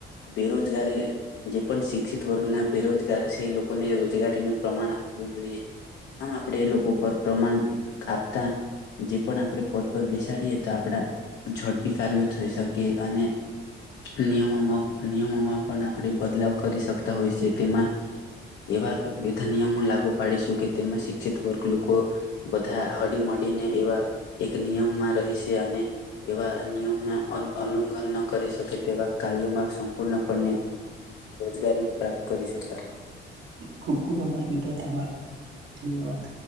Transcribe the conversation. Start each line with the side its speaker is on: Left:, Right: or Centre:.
Left: બેરોજગારી જે પણ શિક્ષિત વર્ગના બેરોજગાર છે એ લોકોને રોજગારીનું પ્રમાણ આપવું જોઈએ આમ આપણે એ લોકો પર પ્રમાણ આપતા જે પણ આપણે પદ પર બેસાડીએ તો આપણા ઝડપી કાર્યો થઈ શકે અને નિયમોમાં નિયમોમાં પણ આપણે બદલાવ કરી શકતા હોય છે તેમાં એવા બધા નિયમો લાગુ પાડી શકે તેમાં શિક્ષિત વર્ગ લોકો બધા હડી મડીને એવા એક નિયમમાં રહીશે અને એવા નિયમમાં ઉલ્લઘન ન કરી શકે તેવા કાર્યોમાં સંપૂર્ણપણે રોજગારી પ્રાપ્ત કરી શકતા હોય છે.
Right: ખૂબ ખૂબ આભાર મિત્ર તમારો ધન્યવાદ